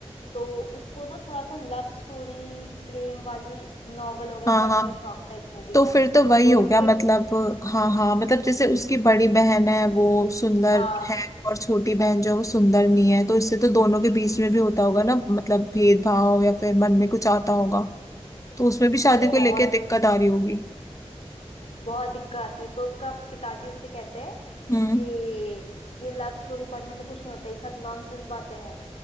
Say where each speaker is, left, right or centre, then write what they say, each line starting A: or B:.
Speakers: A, on the left (about 65°); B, on the left (about 30°).
A: तो उसको ना थोड़ा सा लव स्टोरी प्रेम वाली नॉवल वगैरह
B: हाँ
A: पढ़ने
B: हाँ
A: का शौक था इस मूवी
B: तो
A: में
B: फिर तो वही
A: तो
B: हो
A: इसके
B: गया मतलब हाँ हाँ मतलब जैसे उसकी बड़ी बहन है वो सुंदर
A: हाँ
B: है और छोटी बहन जो है वो सुंदर नहीं है तो इससे तो दोनों के बीच में भी होता होगा ना मतलब भेदभाव या फिर मन में कुछ आता होगा तो उसमें भी शादी
A: अरे
B: को
A: बहुत
B: लेके दिक्कत आ रही होगी
A: बहुत दिक्कत आती है तो उसका पिताजी उससे कहते हैं
B: हम्म
A: कि ये लव स्टोरी पढ़ने से कुछ नहीं होता ये सब नॉनसेंस बातें हैं